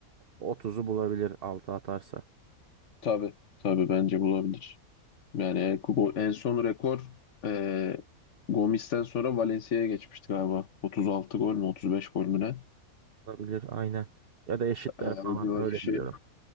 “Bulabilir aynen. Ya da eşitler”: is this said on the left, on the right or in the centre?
Right